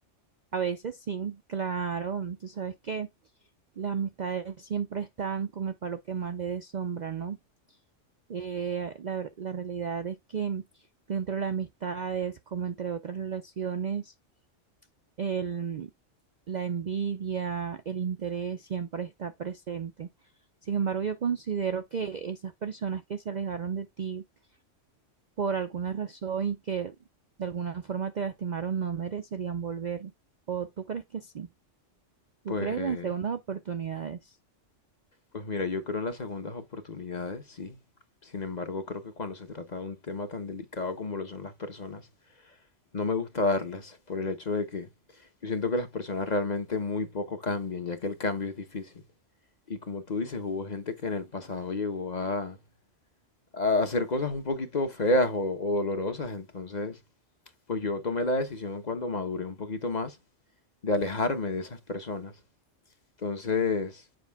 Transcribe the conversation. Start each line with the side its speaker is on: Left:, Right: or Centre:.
Right: A veces sí, claro, tú sabes que las amistades siempre están con el palo que más le dé sombra, ¿no? Eh, la, ver- la realidad es que dentro de las amistades, como entre otras relaciones, el, la envidia, el interés siempre está presente. Sin embargo, yo considero que esas personas que se alejaron de ti, por alguna razón y que de alguna forma te lastimaron, no merecerían volver. ¿O tú crees que sí?
Left: Pues,
Right: ¿Tú crees en las segundas oportunidades?
Left: pues mira, yo creo en las segundas oportunidades, sí. Sin embargo, creo que cuando se trata de un tema tan delicado como lo son las personas, No me gusta darlas por el hecho de que yo siento que las personas realmente muy poco cambian, ya que el cambio es difícil. Y como tú dices, hubo gente que en el pasado llegó a, a hacer cosas un poquito feas o, o dolorosas. Entonces, pues yo tomé la decisión cuando maduré un poquito más de alejarme de esas personas. Entonces,